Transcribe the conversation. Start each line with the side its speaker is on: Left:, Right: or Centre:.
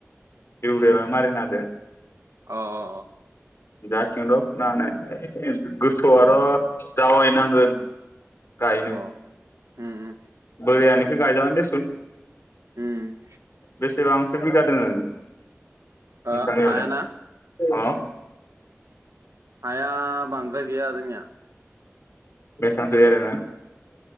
Left: इउरिया माइ मारिना होदो
Right: अ अ अ
Left: जसिगोन र फुनो हानाय ओइ गोसोआ र जावायनांगोन गायनो
Right: अ उम उम
Left: बैरियानि इखो गायजागोन दिसुन
Right: ओम
Left: बेसेबां खैबिगा दोङो नोंथांनियालाय
Right: ओ हायाना
Left: अह
Right: हाया बांद्राय गैया जोंनिया
Left: बे सान्से एरेनो